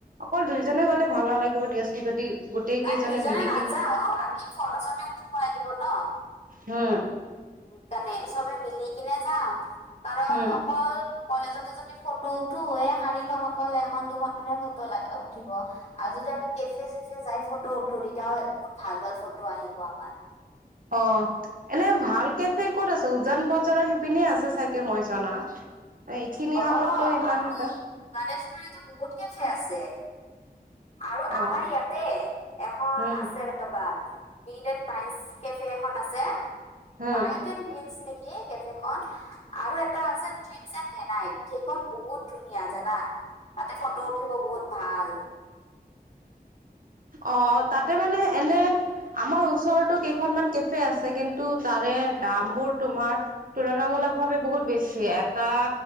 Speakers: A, on the right (about 55°); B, on the left (about 45°).
A: অকল দুইজনে গ'লে ভাল নালাগিব। <unintelligible>
B: নাই
A: কেইজনে
B: তইজনে
A: মিলি
B: নাযাওঁ‌।
A: কিনে
B: আমি ফলচতে উঠিব লাগিব ন।
A: হা
B: সেইকাৰণে চবে মিলি কিনে যাম কাৰণ
A: হম
B: অকল কলেজতে যদি ফটো উঠো শাৰীখন অক এখন দুখন হে ফটো ল উঠিব। আৰু যদি আমি কেফে চেফে যাই ফটো উঠো তেতিয়া বহুত ভাল ভাল ফটো আহিব আমাৰ।
A: অ' এনে ভাল কেফে ক'ত আছে? উজান বজাৰৰ শিপিনীয়ে আছে চাগে মই জনাত। এইখিনি
B: অ'
A: হাততো ইমান
B: আৰু
A: এটা
B: গণেশগুৰিতো বহুত কেফে আছে। আৰু
A: অ
B: আমাৰ ইয়াতে এখন
A: উম
B: আছে ৰ'বা। বিট এণ্ বাইন কেফে এখন আছে।
A: হম
B: বাইট এণ্ড বিন্চ নেকি? কেফে খন আৰু এটা আছে। ডিমচ এ নাই সেইখন বহুত ধুনীয়া জানা তাতে ফটো উঠিব বহুত ভাল।
A: অ' তাতে মানে এনে আমাৰ ওচৰতো কেইখনমান কেফে আছে। কিন্তু তাৰে দাম বোৰ তোমাৰ তুলনামূল ভাৱ বহুত বেছি এটা